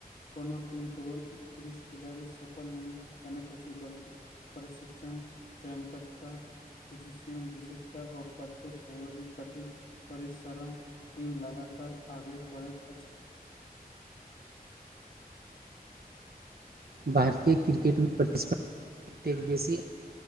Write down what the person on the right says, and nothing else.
भारतीय क्रिकेटमे प्रतिस्पर्धा एतेक बेसी